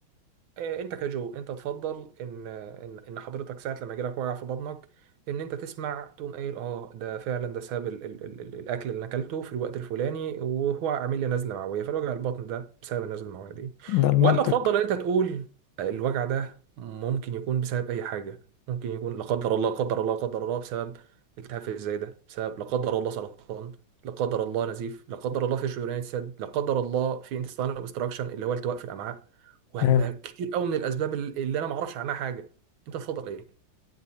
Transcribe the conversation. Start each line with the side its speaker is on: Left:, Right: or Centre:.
Right: آه، انت كجو انت تفضل ان ان ان حضرتك ساعه لما يجيلك وجع في بطنك ان انت تسمع تقوم قايل اه ده فعلا ده سبب ال ال ال ال- الاكل اللي انا اكلته في الوقت الفلاني وهو عامل لي نزله معويه فالوجع البطن ده بسبب النزله المعويه دي
Left: ده المنطق
Right: ولا تفضل ان انت تقول الوجع ده ممكن يكون بسبب اي حاجه ممكن يكون لا قدر الله لا قدر الله لا قدر الله بسبب التهاب في الزايده بسبب لا قدر الله سرطان لا قدر الله نزيف لا قدر الله في شريان السد لا قدر الله في انتستان اوبستراكشن اللي هو التواء في الامعاء ولا
Left: حلو
Right: كتير قوي من الاسباب الل- اللي انا ما اعرفش عنها حاجه انت تفضل ايه